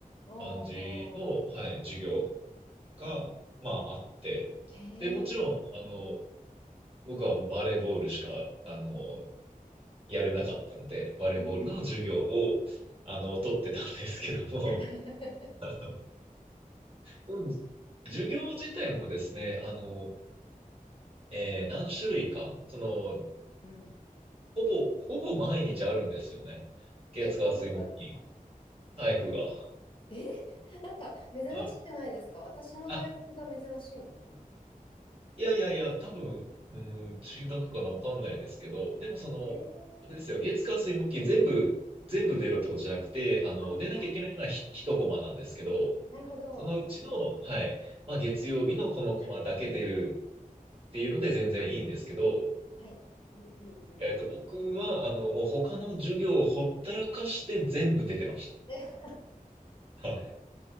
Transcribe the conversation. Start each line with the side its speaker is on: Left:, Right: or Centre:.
Left: ん。お
Right: 感じの、
Left: ー。
Right: はい、授業が、まあ、あって、
Left: へー
Right: で、もちろん、あの、僕はもうバレーボールしか、あの、やれなかったので、バレーボールの授業を、
Left: うん。
Right: あの、取ってたんですけども、
Left: <laughs>
Right: <laughs> あの、その授業自体もですね、あの、えー何種類か、その、
Left: うん。
Right: ほぼ、ほぼ毎日あるんですよね。月火水木金、
Left: え、体育がですか
Right: 体育が。
Left: え、<laughs> なんか珍しくないですか私の大学が珍しいのかな
Right: はい。あ、いやいやいや、多分、うん、中学かな、わかんないですけど、でもその、
Left: えー、
Right: あれですよ、月火水木金全部、全部出ろってことじゃなくて、あの、
Left: ああ、
Right: 出なきゃいけないのはひ一コマなんですけど、
Left: なるほど。
Right: そのうちの、はい、まあ、月曜日のこのコマだけ出るっていうので全然いいんですけど、
Left: はい。うんうんうん。
Right: えっと、僕は、あの、もう他の授業をほったらかして全部出てまし
Left: <laughs>
Right: た。はい。